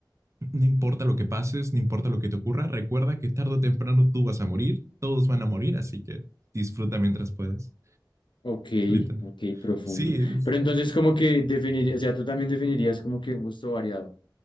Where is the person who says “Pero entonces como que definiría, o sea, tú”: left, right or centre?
Left